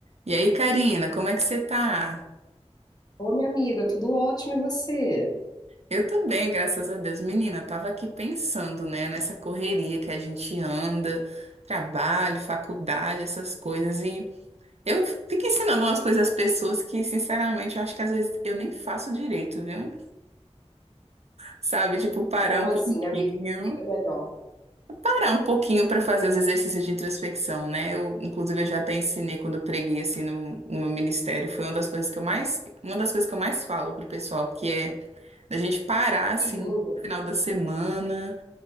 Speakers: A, on the right (about 70°); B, on the left (about 35°).
A: E aí, Karina, como é que você tá?
B: Ô, minha amiga, tudo ótimo e você?
A: Eu tô bem, graças a Deus. Menina, eu tava aqui pensando, né, nessa correria que a gente anda, trabalho, faculdade, essas coisas. E eu fico ensinando umas coisas às pessoas que, sinceramente, eu acho que às vezes eu nem faço direito, viu? Sabe? Tipo, parar
B: Como
A: um pouquinho.
B: assim, amiga? Me Explica melhor.
A: Parar um pouquinho pra fazer os exercícios de introspecção, né? Eu, inclusive, eu já até ensinei quando eu preguei, assim, no, no meu ministério. Foi uma das coisas que eu mais, uma das coisas que eu mais falo pro pessoal, que é. Da gente parar, assim,
B: Que linda.
A: no final da semana